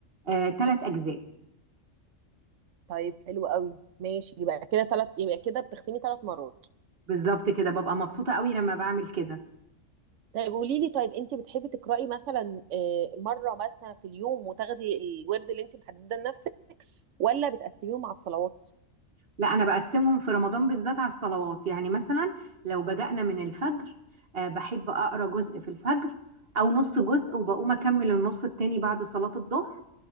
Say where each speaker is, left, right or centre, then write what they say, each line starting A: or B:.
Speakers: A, on the right (about 50°); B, on the right (about 75°).
A: آه، ثلاث اجزاء
B: طيب حلو قوي ماشي يبقى كده ثلاث يبقى كده بتختمي ثلاث مرات
A: بالظبط كده ببقى مبسوطه قوي لما بعمل كده
B: طيب قولي لي طيب انت بتحبي تقرأي مثلا آه، مرة مثلا في اليوم وتاخدي الورد اللي انت محدده لنفسك ولا بتقسميهم مع الصلوات؟
A: لا انا بقسمهم في رمضان بالذات على الصلوات يعني مثلا لو بدأنا من الفجر آه، بحب اقرا جزء في الفجر او نص جزء وبقوم اكمل النص التاني بعد صلاه الظهر